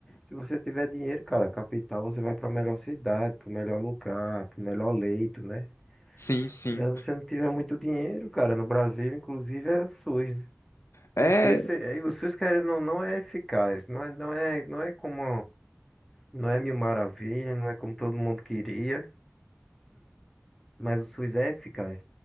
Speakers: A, in the centre; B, on the left.
A: se você tiver dinheiro, cara, capital, você vai para a melhor cidade, para o melhor lugar, para o melhor leito, né?
B: sim, sim.
A: Já se você não tiver muito dinheiro, cara, no Brasil, inclusive, é o SUS.
B: É,
A: E o SUS, é, e o SUS, querendo ou não, é eficaz, não é, não é, não é como Não é mil maravilha, não é como todo mundo queria, mas o SUS é eficaz.